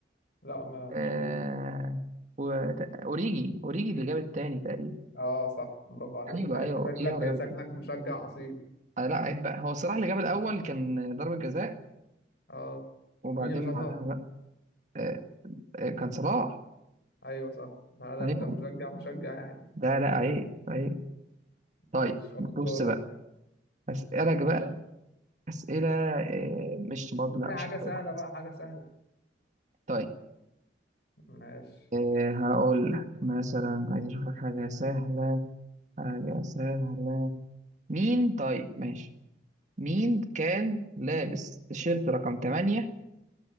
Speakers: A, on the left; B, on the right.
A: لا ما
B: آه...
A: مش ميلنر
B: و... اوريجي اوريجي اللي جاب التاني تقريبا
A: اه صح برافو عليك
B: ايوه
A: لا
B: ايوه
A: انت شكلك
B: اوريجي هو اللي جاب
A: شكلك مشجع اصيل
B: آه لا عيب بقى هو صلاح اللي جاب الاول
A: اه
B: كان ضربة جزاء
A: اه
B: وبعدين
A: مين اللي شاطها
B: بعدها بقى آه آه كان صلاح
A: ايوه صح لا لا
B: عيب
A: انت مشجع مشجع يعني
B: لا لا عيب عيب طيب
A: ماشي خد الدور
B: بص بقى اسالك
A: ماشي
B: بقى اسئله آه مش برضه لا
A: في
B: مش
A: حاجة
B: هسالك
A: سهلة
B: واحد
A: بقى حاجة سهلة
B: طيب
A: ماشي
B: آه هقول لك مثلا عايز اشوف لك حاجه سهله حاجه سهله مين طيب ماشي مين كان لابس تيشيرت رقم 8